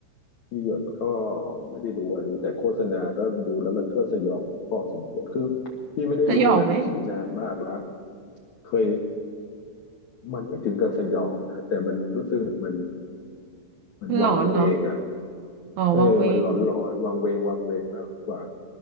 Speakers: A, on the left; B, on the right.
A: พี่หยดก็ไม่ได้ดูอะดูแต่โฆษณาก็ดูแล้วมันก็สยองพอสมควรคือพี่ไม่ได้ดูหนังผีนานมากแล้ว
B: สยองไหม
A: เคยมันไม่ถึงกับสยองนะแต่มันรู้สึกมันมันวังเวงอ่ะ
B: มันหลอนเหรอ อ๋อวังเวง
A: เออมันหลอนหลอนวังเวงวังเวงมากกว่า